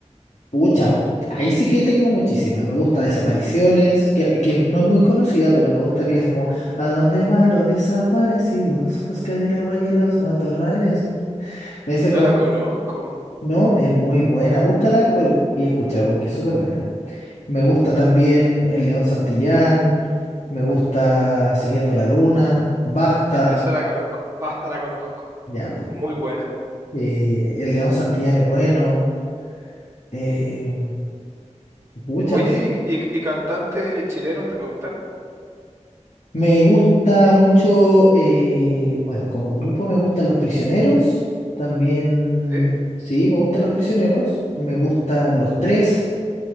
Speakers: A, on the left; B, on the right.
A: Pucha, ahí sí que tengo muchísimas. Me gusta Desapariciones, que, que no es muy conocida, pero me gusta a mí así como ¿A dónde van los desaparecidos? Buscaré la huella en los matorrales. Me dice como,
B: No la conozco.
A: no, es muy buena, búscala por- y escúchala porque es súper buena. Me gusta también El León Santillán, me gusta Siguiendo la Luna, Basta,
B: Ya, esa la conozco. Basta, la conozco.
A: ya, pues,
B: Muy buena.
A: eh, El León Santillán es bueno, eh, pucha,
B: Oye,
A: no sé.
B: ¿y, y- y cantantes chilenos te gustan?
A: Me gusta mucho, eh, bueno, como grupo me gustan Los Prisioneros, también,
B: ¿Sí?
A: sí, me gustan Los Prisioneros, me gustan Los Tres,